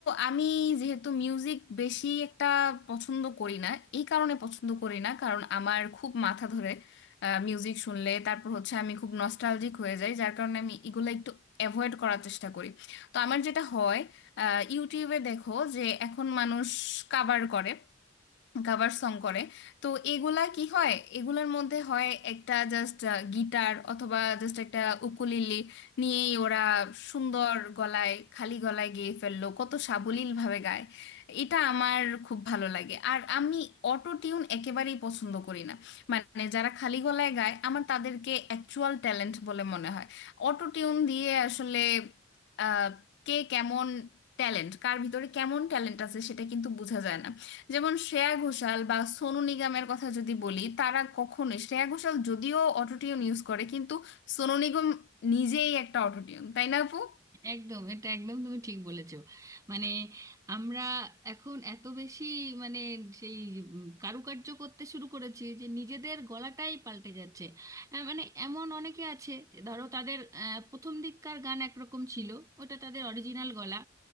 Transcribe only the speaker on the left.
আমি যেহেতু মিউজিক বেশি একটা পছন্দ করি না এই কারণে পছন্দ করি না কারণ আমার খুব মাথা ধরে মিউজিক শুনলে তারপর হচ্ছে আমি খুব নস্টালজিক হয়ে যাই যার কারণে আমি এগুলো একটু অ্যাভয়েড করার চেষ্টা করি তো আমার যেটা হয় আহ, ইউটিউবে দেখো যে এখন মানুষ কাভার করে কাভার সং করে তো এগুলা কি হয় এগুলার মধ্যে হয় একটা জাস্ট গিটার অথবা জাস্ট একটা উকুলিলি নিয়েই ওরা সুন্দর গলায় খালি গলায় গেয়ে ফেললো কত সাবলীল ভাবে গায় এটা আমার খুব ভালো লাগে আর আমি অটো টিউন একেবারেই পছন্দ করি না মানে যারা খালি গলায় গায় আমার তাদেরকে অ্যাকচুয়াল ট্যালেন্ট বলে মনে হয় অটো টিউন দিয়ে আসলে আহ, কে কেমন ট্যালেন্ট কার ভিতরে কেমন ট্যালেন্ট আছে সেটা কিন্তু বোঝা যায় না যেমন শ্রেয়া ঘোষাল বা সোনু নিগমের কথা যদি বলি তারা কখনোই শ্রেয়া ঘোষাল যদিও অটোটিউন ইউজ করে কিন্তু সোনু নিগম নিজেই একটা অটোটিউন তাই না আপু